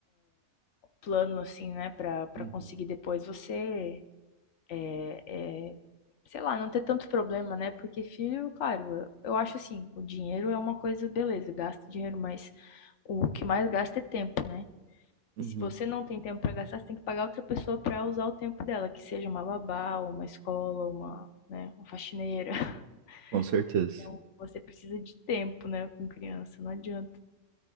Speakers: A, on the left (about 80°); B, on the right (about 85°).
A: plano assim, né, Pra para
B: Uhum.
A: conseguir depois você é, é, sei lá, não ter tanto problema, né? Porque filho, claro, eu acho assim, o dinheiro é uma coisa, beleza, gasta dinheiro, mas o que mais gasta é tempo, né?
B: Uhum.
A: E se você não tem tempo pra gastar, você tem que pagar outra pessoa pra usar o tempo dela, que seja uma babá, ou uma escola, ou uma, né, uma faxineira. <laughs>
B: Com certeza.
A: Então, você precisa de tempo, né, com criança, não adianta.